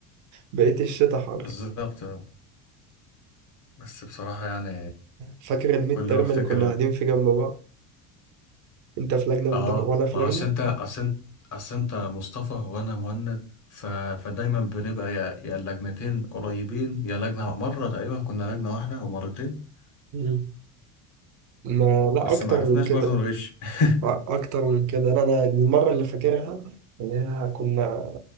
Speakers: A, on the right (about 45°); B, on the left (about 45°).
A: بقية الشتاء حر
B: <laughs> بالظبط بس بصراحة يعني
A: فاكر الميد
B: كل
A: ترم
B: ما أفتكر
A: اللي كنا قاعدين فيه جنب بعض انت في لجنة وانت
B: اه
A: وانا في
B: ما
A: لجنة
B: هو أصل انت اصل انت اصل انت مصطفى وانا مهند ف... فدايما بنبقى يا يا اللجنتين قريبين يا لجنة مرة تقريبا كنا لجنة واحدة او مرتين
A: مم. ما لا
B: بس
A: اكتر
B: ما عرفناش
A: من كده
B: برضو
A: أ-
B: نغش <laughs>
A: اكتر من كده انا أنا المره اللي فاكرها اللي هي كنا